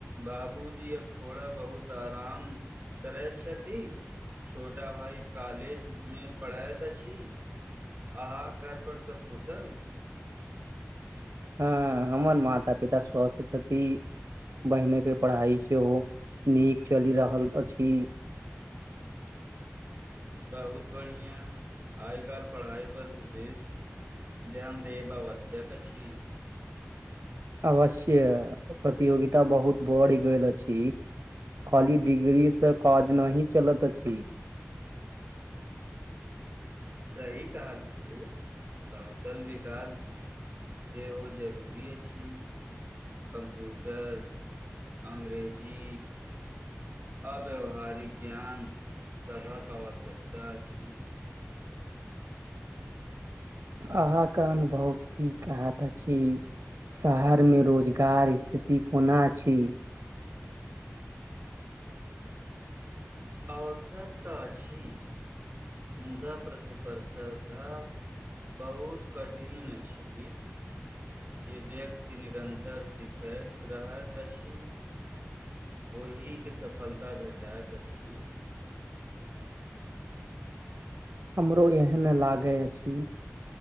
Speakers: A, on the right; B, on the right.
A: बाबूजी अब थोड़ा बहुत आराम करैत छथि छोटा भाइ कॉलेजमे पढ़ैत अछि अहाँ घरपर सभ कुशल
B: हँ हमर माता पिता स्वस्थ छथिथी बहिनेके पढ़ाइ सेहो नीक चलि रहल अछि <inaudible>
A: बहुत बढ़िआँ आइ काल्हि पढ़ाइपर विशेष ध्यान देब आवश्यक अछि
B: अवश्य प्रतियोगिता बहुत बढ़ि गेल अछि खाली डिग्रीसँ काज नहि चलत अछि <inaudible>
A: सही कहलहू कौशल विकास सेहो जरूरी अछि कम्प्यूटर अंग्रेजी अव्याववहारिक ज्ञान सभक आवश्यकता अछि
B: अहाँके अनुभव की कहत अछि शहरमे रोजगार स्थिति कोना अछि
A: अवसर तऽ अछि मुदा प्रति प्रतिस्पर्धा बहुत कठिन अछि जे व्यक्ति निरन्तर सीखैत रहैत अछि ओहि के सफलता भेटाइत अछि
B: हमरो एहन लागै अछि